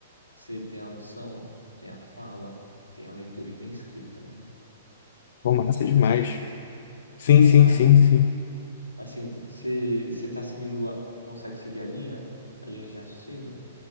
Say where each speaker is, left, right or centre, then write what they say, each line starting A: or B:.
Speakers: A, on the left; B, on the left.
A: Você tem a audição, tem a fala, tem a leitura e tem a escrita, né?
B: Pô, massa
A: Aí
B: demais.
A: faz,
B: Sim,
A: faz
B: sim,
A: parte
B: sim, sim.
A: Assim, você você tá seguindo a, consegue seguir a linha? A linha de raciocínio?